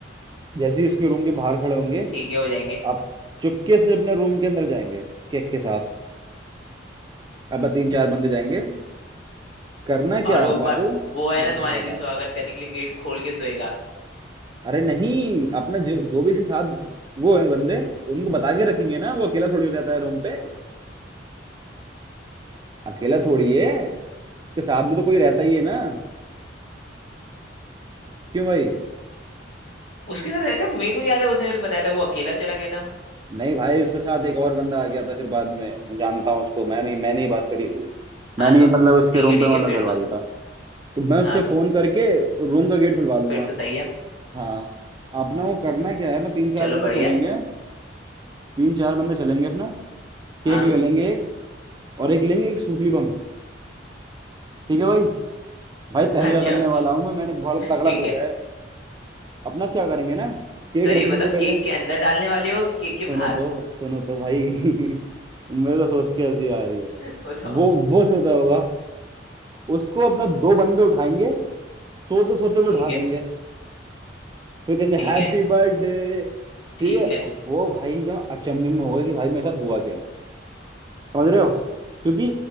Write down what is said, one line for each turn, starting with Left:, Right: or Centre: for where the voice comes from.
Right: जैसे ही उसके रूम के बाहर खड़े होंगे
Left: ठीक है हो जाएंगे
Right: आप चुपके से अपने रूम के अंदर जाएंगे केक के साथ अब तीन चार बंदे जाएंगे करना
Left: और
Right: क्या है
Left: वो
Right: अपना
Left: ब,
Right: को हाँ,
Left: वो है ना तुम्हारे
Right: बताओ
Left: लिए स्वागत करने के लिए गेट खोल के सोएगा
Right: अरे नहीं अपना जो जो भी इसके साथ वो है बंदे उनको बता के रखेंगे ना वो अकेला थोड़ी रहता है रूम पे अकेला थोड़ी है उसके साथ भी तो कोई रहता ही है ना क्यों भाई
Left: उसके साथ रहता है मेरे को याद है उसने तो बताया था वो अकेला चला गया था
Right: नहीं भाई उसके साथ एक और बंदा आ गया था फिर बाद में मैं जानता हूँ उसको मैंने मैंने ही बात करी थी मैंने
Left: हाँ
Right: ही
Left: तो
Right: मतलब उसके
Left: ठीक
Right: रूम
Left: है ठीक
Right: पे
Left: है
Right: मतलब
Left: फिर
Right: दरवाजे
Left: तो
Right: था तो मैं उससे
Left: हाँ तो
Right: फोन करके रूम का गेट खुलवा लूंगा
Left: फिर तो सही है
Right: हाँ अपना वो करना क्या है मैं तीन चार
Left: चलो
Right: बंदे
Left: बढ़िया
Right: चलेंगे
Left: है
Right: तीन चार बंदे चलेंगे अपना
Left: हाँ
Right: केक ले लेंगे एक और एक लेंगे एक सूतली बम ठीक है भाई भाई तहलका
Left: अच्छा
Right: करने वाला हूँ मैं मैंने बहुत
Left: <laughs>
Right: तगड़ा
Left: ठीक
Right: सोचा
Left: है
Right: है अपना क्या करेंगे ना केक
Left: तो ये
Right: रखेंगे
Left: बताओ
Right: पहले
Left: केक के अंदर डालने वाले हो केक के
Right: सुनो
Left: बाहर
Right: तो सुनो तो भाई <laughs> मेरे को सोच के हंसी आ रही है
Left: <laughs> बताओ
Right: वो वो सोता होगा उसको अपना दो बंदे उठाएंगे सोते सोते वो
Left: ठीक
Right: उठा
Left: है
Right: देंगे फिर कहेंगे
Left: ठीक
Right: हैप्पी
Left: है
Right: बर्थडे
Left: ठीक
Right: ठीक है
Left: है
Right: वो भाई एकदम अचंभे में होगा कि भाई मेरे साथ हुआ क्या है समझ रहे हो क्योंकि